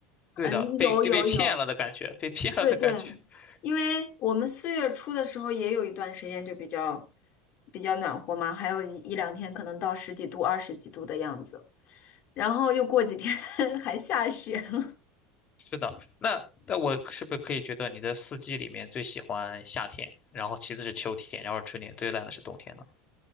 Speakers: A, on the left; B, on the left.
A: 对的，
B: 嗯有有有。
A: 被就被骗了的感觉，被骗了的感觉。
B: 对对，
A: <laughs>
B: 因为我们四月初的时候也有一段时间就比较比较暖和嘛，还有一一两天可能到十几度、二十几度的样子，然后又过几天 <laughs> 还下雪了。
A: 是的，那那我是不是可以觉得你的四季里面最喜欢夏天，然后其次是秋天，然后是春天，最烂的是冬天呢？